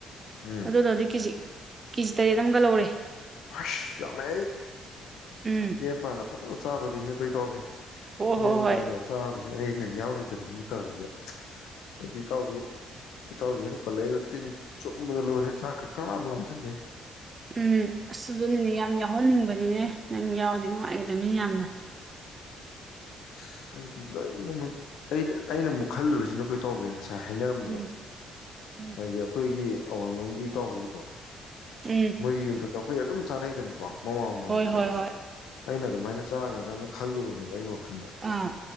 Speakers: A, on the left; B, on the right.
A: ꯎꯝ
B: ꯑꯗꯨꯗ ꯅꯣ ꯗꯤ ꯀꯦꯖꯤ ꯀꯦꯖꯤ ꯇꯔꯦꯠ ꯑꯃꯒ ꯂꯧꯔꯦ
A: ꯑꯁ ꯌꯥꯝꯃꯦ
B: ꯎꯝ
A: ꯂꯦꯝ ꯄꯥꯅ ꯐꯖꯅ ꯆꯥꯗꯣꯔꯤꯅꯦ ꯀꯩ ꯇꯧꯒꯦ
B: ꯍꯣꯏ ꯍꯣꯏ
A: ꯂꯩꯝ
B: ꯍꯣꯏ
A: ꯄꯥꯝꯃꯦ ꯆꯕ ꯁꯤ ꯑꯩꯅ ꯌꯥꯎꯔꯤꯣꯏꯗꯕꯅꯤꯅ ꯇꯧꯔꯤꯁꯦ ꯑꯩꯗꯤ ꯏꯇꯥꯎꯕꯤ ꯏꯇꯥꯎꯕꯤ ꯍꯦꯜꯂꯛꯄꯜ ꯂꯩꯗꯣ ꯇꯤꯟ ꯆꯨꯝꯕꯗ ꯂꯣꯏꯔꯦ ꯆꯥꯛ ꯈ ꯈꯔ ꯂꯥꯝꯁꯤꯜꯂꯦ
B: ꯎꯝ ꯑꯁ ꯑꯗꯨꯅꯤꯅꯦ ꯌꯥꯝ ꯌꯥꯎꯍꯟꯅꯤꯡꯕꯅꯤꯅꯦ ꯅꯪ ꯌꯥꯎꯗꯤ ꯅꯨꯡꯉꯥꯏꯒꯗꯕꯅꯤꯅ ꯌꯥꯝꯅ
A: ꯑꯁ ꯑꯩꯗꯤ ꯂꯣꯏꯅꯃꯛ ꯑꯩꯅ ꯑꯩꯅ ꯑꯃꯨꯛ ꯈꯜꯂꯨꯔꯤꯁꯤꯅ ꯀꯣꯏ ꯇꯧꯒꯦ ꯉꯁꯥꯏ ꯉꯁ ꯍꯥꯏꯅꯔꯝꯕꯗꯣ
B: ꯎꯝ ꯎꯝ
A: ꯍꯥꯏꯗꯤ ꯑꯩꯈꯣꯏꯒꯤ ꯑꯋꯥꯡꯂꯝꯒꯤ ꯏ ꯇꯥꯎꯍꯩꯗꯣ
B: ꯎꯝ
A: ꯃꯒꯤꯒꯤ ꯑꯗꯣꯈꯣꯏ ꯑꯗꯨꯝ ꯆꯥꯟꯅꯩꯗꯅꯀꯣ ꯃꯃꯥꯡ ꯃꯃꯥꯡꯗꯨꯁꯨ
B: ꯍꯣꯏ ꯍꯣꯏ ꯍꯣꯏ
A: ꯑꯩꯅ ꯑꯗꯨꯃꯥꯏꯅ ꯆꯥꯒꯗ꯭ꯔꯅ ꯈꯜꯂꯨꯕꯅꯦꯕ ꯑꯩꯒꯤ ꯋꯥꯈꯟꯗ
B: ꯑꯥ